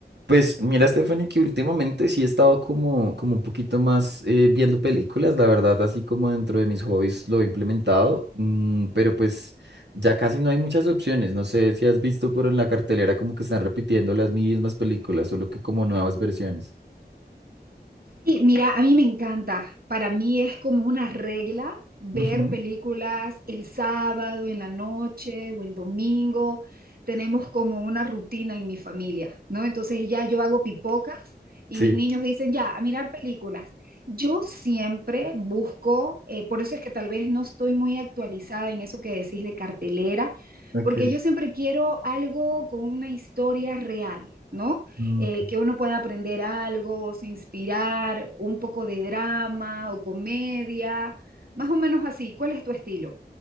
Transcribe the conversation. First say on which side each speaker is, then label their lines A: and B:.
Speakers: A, on the right; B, on the right.
A: Pues mira, Stephanie, que últimamente sí he estado como, como un poquito más eh, viendo películas, la verdad, así como dentro de mis hobbies lo he implementado, mm, pero pues ya casi no hay muchas opciones. No sé si has visto, pero en la cartelera como que están repitiendo las mismas películas, solo que como nuevas versiones.
B: Sí, mira, a mí me encanta. Para mí es como una regla ver
A: Ujú,
B: películas el sábado en la noche o el domingo. Tenemos como una rutina en mi familia, ¿no? Entonces ya yo hago pipocas y
A: Sí,
B: mis niños dicen, ya, a mirar películas. Yo siempre busco, eh, por eso es que tal vez no estoy muy actualizada en eso que decís de cartelera,
A: ok.
B: porque yo siempre quiero algo con una historia real, ¿no?
A: ok.
B: eh, que uno pueda aprender algo, se inspirar, un poco de drama o comedia, más o menos así. ¿Cuál es tu estilo?